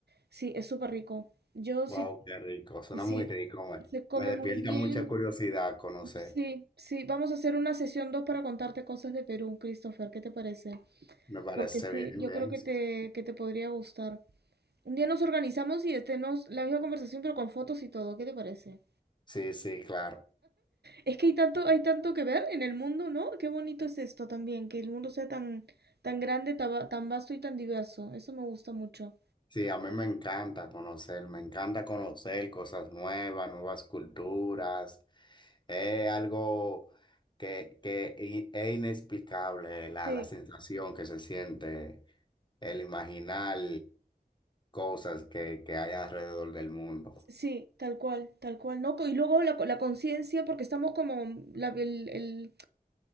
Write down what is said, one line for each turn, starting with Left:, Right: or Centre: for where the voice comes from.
Right: Sí, es súper rico. Yo
Left: Wow,
Right: sí,
Left: qué rico, suena
Right: sí,
Left: muy rico, me,
Right: se come
Left: me despierta
Right: muy bien.
Left: mucha curiosidad conocer,
Right: Sí, sí, vamos a hacer una sesión 2 para contarte cosas de Perú, Christopher, ¿qué te parece?
Left: me parece
Right: Porque sí,
Left: bien,
Right: yo
Left: bien.
Right: creo que te, que te podría gustar. Un día nos organizamos y tenemos la misma conversación pero con fotos y todo, ¿qué te parece?
Left: Sí, sí, claro.
Right: Es que hay tanto, hay tanto que ver en el mundo, ¿no? Qué bonito es esto también, que el mundo sea tan, tan grande, taba- tan vasto y tan diverso. Eso me gusta mucho.
Left: Sí, a mí me encanta conocer, me encanta conocer cosas nuevas, nuevas culturas. Es algo que, que i- es inexplicable la,
Right: Sí,
Left: la sensación que se siente el imaginar cosas que, que hay alrededor del mundo.
Right: Sí, tal cual, tal cual, ¿no? Co- Y luego la, co- la conciencia, porque estamos como la- el, el,